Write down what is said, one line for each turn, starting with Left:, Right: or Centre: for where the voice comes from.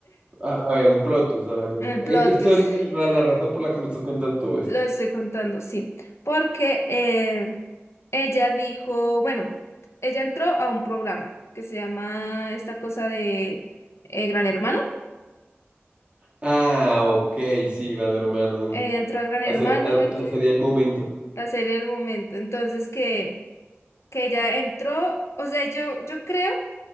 Right: A, a ver, un plot twist,
Left: <laughs>
Right: a ver. un-
Left: el plot.
Right: eh, Esto
Left: twist.
Right: es el- la, la razón por la que me estás contando todo esto.
Left: Lo estoy contando, sí, porque eh, ella dijo, bueno, ella entró a un programa que se llama esta cosa de eh, Gran Hermano.
Right: Ah, ok, sí, gran hermano.
Left: Ella
Right: mm,
Left: entró a Gran
Right: La,
Left: Hermano,
Right: se- la-
Left: en
Right: la serie del momento.
Left: la serie del momento. Entonces que, que ella entró, o sea, yo, yo creo